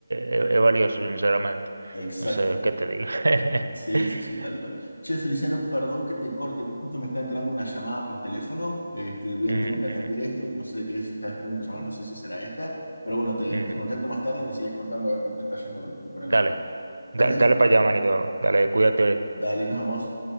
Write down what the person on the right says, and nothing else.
es es valioso, sinceramente.
No sé qué te digo. <laughs>
Ujú,
ujú,
ujú.
Dale,
da-
dale para allá, manito. Dale, cuídate.